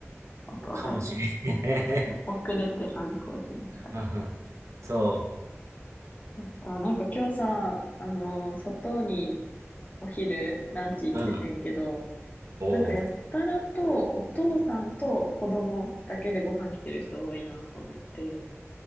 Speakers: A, on the left; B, on the right.
A: 弟。
B: かもしれん。<laughs>
A: 遅れて反抗期が来たか。
B: <laughs> うんうん。そ
A: そっか、なんか今日さ、あのー外にお昼ランチ行っててんけど、
B: う。うん。おお。
A: なんかやったらとお父さんと子供だけでご飯来てる人多いなと思って。